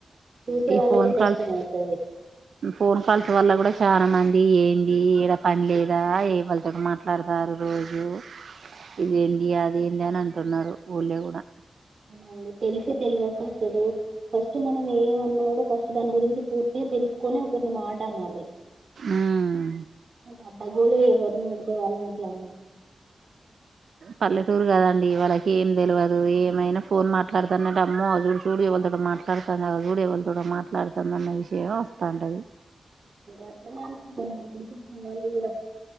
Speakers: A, on the right; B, on the right.
A: చూసే
B: ఈ
A: వాళ్ళకే
B: ఫోన్ కాల్స్
A: కష్టం అయితది
B: ఫోన్ కాల్స్ వల్ల కూడా చాలా మన్ ఇది ఏంది ఈడ పని లేదా ఏ వాళ్ళతోని మాట్లాడతారు. రోజు ఇదేంది అదేంది అని అంటున్నారు ఊళ్ళో కూడా.
A: అండి తెలిసి తెలివక్ ట్టడు ఫస్ట్ మనం ఏమన్నాడో ఫస్ట్ దాని గురించి పూర్తిగ తెలుసుకొని ఒకరిని మాట అనాలి.
B: ఉమ్
A: ఒక ఆ గోలు ఎవరిని అడితే వాళ్లె ఎట్లా అ
B: పల్లెటూర్గాదా అండి వాళ్ళకి ఏం తెలియదు ఏమైనా ఫోన్ మాట్లాడుతానే అమ్మో ఆజుడు చూడు ఎవళతో మాట్లాడుతుంది ఆ చూడు ఎవళతో నో మాట్లాడుతుందిన్న విషయం వస్తాంట అది
A: అట్లనే అనుకుంటరండి ఈడకూడ